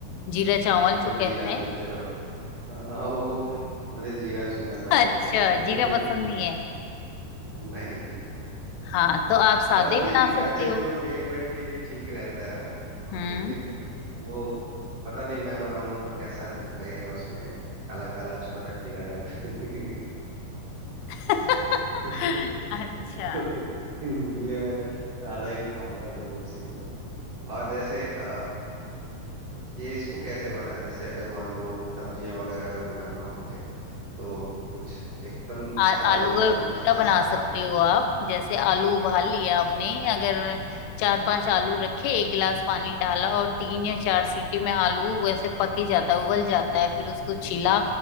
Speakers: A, on the left; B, on the right.
A: जीरा चावल
B: वो
A: जो
B: फिर
A: कहते
B: जीरा
A: हैं
B: चुनते रहो हाँ वो मुझे जीरा चुनना पड़ेगा
A: अच्छा
B: फिर
A: जीरा पसंद
B: <laughs>
A: नहीं है
B: नहीं
A: हाँ तो आप सादे
B: हालांकि
A: बना
B: कहते
A: सकते
B: हैं
A: हो
B: कि वो पेट वेट के लिए ठीक रहता है और-
A: हम्म
B: लेकिन वो पता नहीं मैं बनाऊंगा तो कैसा लगेगा उसमें काला काला छोटा कीड़ा टाइप <laughs>
A: <laughs>
B: तो
A: अच्छा
B: इसलिए मैं सादा ही खाऊंगा तो वो सही रहेगा और जैसे अ, ये इसको कैसे बनाया जैसे अगर मान लो सब्जियां वगैरह अगर बनाना हो मुझे तो कुछ एकदम
A: आ,
B: सरल
A: आलू का
B: सा
A: गुटका
B: कुछ
A: बना
B: आसान
A: सकते
B: वा-
A: हो आप जैसे आलू उबाल लिया
B: अच्छा
A: आपने अगर चार पांच आलू रखे एक गिलास पानी डाला और तीन या चार सीटी में आलू वैसे पक ही जाता है उबल जाता है फिर उसको छिला